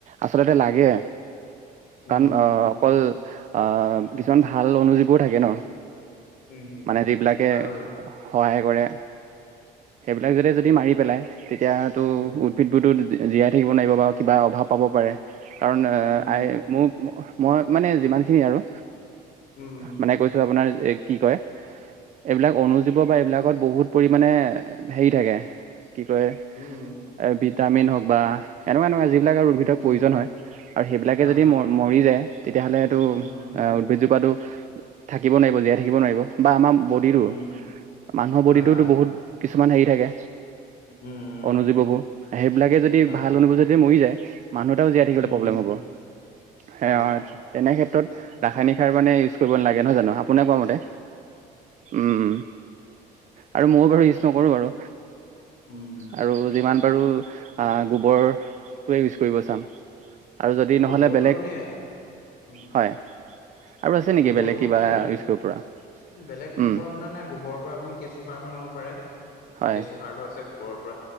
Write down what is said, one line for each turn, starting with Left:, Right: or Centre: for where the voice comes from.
Right: আচলতে লাগে।
Left: উম
Right: কাৰণ
Left: উম
Right: অহ অকল আহ কিছুমান ভাল অনুজীৱো থাকে ন।
Left: উম উম
Right: মানে যিবিলাকে
Left: হয় বাৰু
Right: সহায় কৰে সেইবিলাক যদি যদি মাৰি পেলাই তেতিয়াতো
Left: উম
Right: উদ্ভিদবোৰতো তিতি জীয়াই থাকিব নোৱাৰিব বা কিবা অভাৱ পাব পাৰে কাৰণ অ
Left: উম
Right: আই মোৰ মই মানে যিমানখিনি আৰু
Left: উম
Right: মানে কৈছো আপোনাৰ এ কি কয় এইবিলাক অনুজীৱ বা এইবিলাকত বহুত পৰিমাণে হেৰি থাকে কি কয়
Left: উম
Right: এ ভিটামিন হওক বা এনেকুৱা এনেকুৱা যিবিলাক আৰু উদ্ভিদৰ
Left: উম,
Right: প্ৰয়োজন হয় আৰু সেইবিলাকে
Left: হয়,
Right: যদি
Left: হয়,
Right: ম মৰি যায় তেতিয়াহ'লে এইটো
Left: উম,
Right: উদ্ভিদ জোপাটো থাকিব নোৱাৰিব জীয়াই থাকিব নোৱাৰিব বা আমা- বডিটো
Left: উম,
Right: মানুহৰ বডিটোওতো
Left: হয়, হয়,
Right: বহুত কিছুমান হেৰি থাকে
Left: উম, উম,
Right: অনুজীৱবো
Left: উম,
Right: সেইবিলাকে যদি
Left: হয়,
Right: ভাল
Left: হয়,
Right: অনু বোৰ যাতে মৰি যায় মানুহ এটাও জীয়াই থাকিবলে
Left: উম,
Right: প্ৰব্লেম হ'ব। সে
Left: হয়,
Right: অ তেনে ক্ষেত্ৰত ৰাসায়নিক সাৰ মানে ইউজ কৰিব নালাগে নহয় জানো আপোনাক কোৱা মতে উম আৰু মও বাৰু ইউজ নকৰো বাৰু।
Left: উম,
Right: আৰু যিমান বাৰু আ গোৱৰ টোৱে ইউজ কৰিব চাম আৰু য- যদি নহ'লে
Left: গোবৰটো
Right: বেলেগ
Left: আপুনি উম,
Right: হয় আৰু আছে নেকি
Left: গোবৰটো
Right: বেলেগ
Left: মানে
Right: কিবা
Left: কি
Right: ইউজ
Left: আৰু
Right: কৰিব পৰা? <unintelligible>
Left: বেলেগ তেনেকুৱা
Right: উম
Left: আপোনাৰ নাই গোবৰৰ পৰা আপুনি কেঁচু সাৰ বনাব পাৰে
Right: হয়
Left: কেঁচু সাৰটো আছে। <unintelligible> গোবৰৰ পৰা